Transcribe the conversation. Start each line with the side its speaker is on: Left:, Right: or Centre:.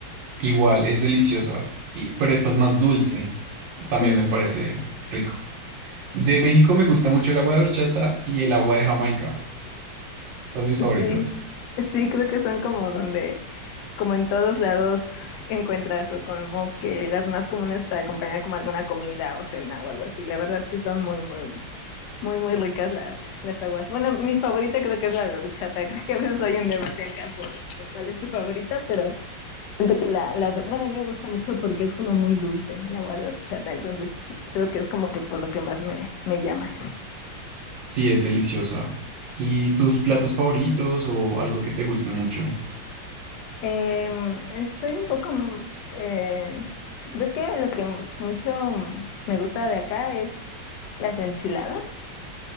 Right: Igual, es deliciosa, y, pero esta es más dulce. También
Left: Sí,
Right: me parece rico. De México me gusta mucho el agua de horchata y el agua de Jamaica. Son mis favoritas.
Left: sí, sí, creo que son como donde, como en todos lados encuentras o como que las más comunes para acompañar como alguna comida o cena o algo así. La verdad, sí son muy, muy, muy, muy ricas las, las aguas. Bueno, mi favorita creo que es la de horchata. <laughs> Creo que a veces hay un debate acá por, por cuál es tu favorita, pero... Siento que la, la, bueno, a mí me gusta mucho porque es como muy dulce el agua de horchata, entonces creo que es como que por lo que más me, me llama.
Right: Sí, es deliciosa. ¿Y tus platos favoritos o algo que te guste mucho?
Left: Em, Eh, soy un poco, mm, eh, creo que lo que m- mucho mm, me gusta de acá es las enchiladas,